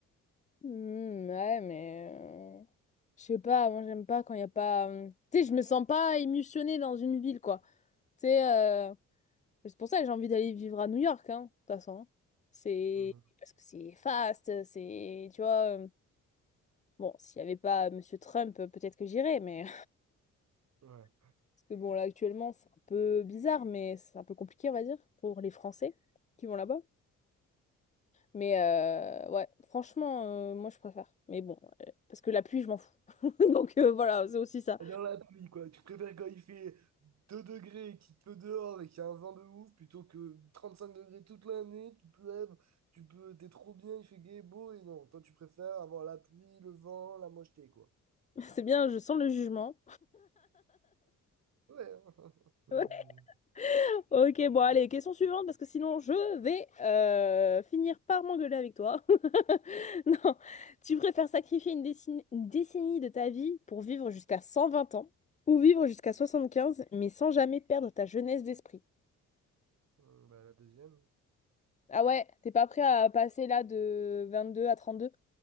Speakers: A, on the left; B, on the right.
A: hmm, ouais, mais... euh, Je sais pas, moi j'aime pas quand il y a pas... euh, Tu sais, je me sens pas émotionnée dans une ville, quoi. Tu sais, euh, c'est pour ça que j'ai envie d'aller vivre à New York, hein, de toute façon. hein. C'est...
B: Mhm.
A: Parce que c'est fast, c'est... Tu vois... euh, Bon, s'il y avait pas Monsieur Trump, euh, peut-être que j'irais, mais...
B: Ouais.
A: <laughs> Parce que bon, là, actuellement, c'est un peu bizarre, mais c'est un peu compliqué, on va dire, pour les Français qui vont là-bas. Mais euh, ouais, franchement, euh, moi je préfère. Mais bon, euh, parce que la pluie, je m'en fous. <laughs> Donc euh, voilà, c'est aussi ça.
B: Et Dans la pluie, quoi. Tu préfères quand il fait 2 degrés, et qu'il pleut dehors et qu'il y a un vent de ouf, plutôt que 35 degrés toute l'année, tu te lèves, tu peux, t'es trop bien, il fait gai et beau, et non. Toi, tu préfères avoir la pluie, le vent, la mocheté, quoi.
A: C'est bien, je sens le jugement.
B: Ouais. <laughs>
A: <laughs>
B: Mhm.
A: Ok, bon, allez, question suivante, parce que sinon je vais euh, finir par m'engueuler avec toi. <laughs> Non, tu préfères sacrifier une décennie, une décennie de ta vie pour vivre jusqu'à 120 ans ou vivre jusqu'à 75 mais sans jamais perdre ta jeunesse d'esprit?
B: Bah, la deuxième?
A: Ah ouais, t'es pas prêt à passer là de 22 à 32